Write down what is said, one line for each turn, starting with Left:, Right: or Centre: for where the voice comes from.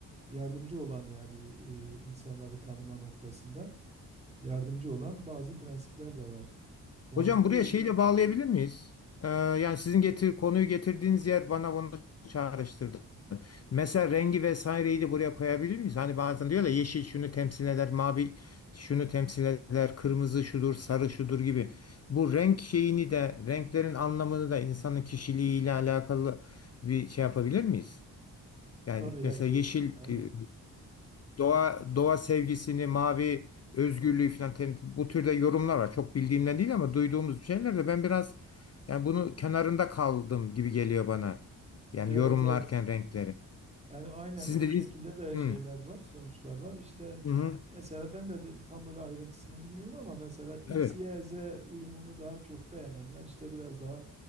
Right: yardımcı olan yani e, insanları tanıma noktasında yardımcı olan bazı prensipler de var. Yani
Left: Hocam
Right: bu
Left: buraya şeyi de bağlayabilir miyiz? Ee, yani sizin getir, konuyu getirdiğiniz yer bana bunu çağrıştırdı. Mesela rengi vesaireyi de buraya koyabilir miyiz? Hani bazen diyorlar ya, yeşil şunu temsil eder, mavi şunu temsil eder, kırmızı şudur, sarı şudur gibi. Bu renk şeyini de, renklerin anlamını da insanın kişiliğiyle alakalı bir şey yapabilir miyiz? Yani
Right: tabii ya
Left: mesela
Right: kesin
Left: yeşil
Right: aynen.
Left: e, doğa doğa sevgisini, mavi özgürlüğü falan tem- bu türde yorumlar var. Çok bildiğimden değil ama duyduğumuz şeyler de ben biraz yani bunu kenarında kaldım gibi geliyor bana. Yani
Right: Evet
Left: yorumlarken
Right: evet
Left: renkleri.
Right: Yani aynen
Left: Sizin
Right: o
Left: dediğiniz
Right: şekilde de
Left: hı
Right: şeyler var, sonuçlar var. İşte
Left: hı. hı.
Right: mesela ben de de tam böyle ayrıntısını bilmiyorum ama mesela X,
Left: Evet.
Right: Y, Z uyumunu daha çok beğenenler işte biraz daha